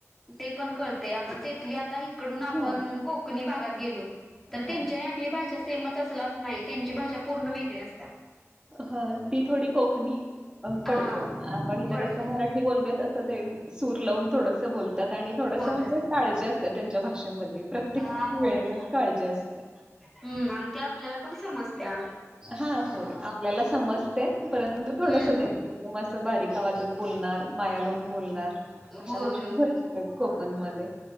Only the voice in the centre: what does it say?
ते पण कळते आपण तेथली आ आत्ता इकडून
आपण कोकणी भागात गेलो तर
त्यांच्या आपली भाषा सेमच असलच नाही त्यांची भाषा पूर्ण वेगळी असत्या.
हा
पडत्या
बोलतात
हा होय
होय.
हम्म आणि ते आपल्याला पण समजत्या.
हम्म
होय
होय होय.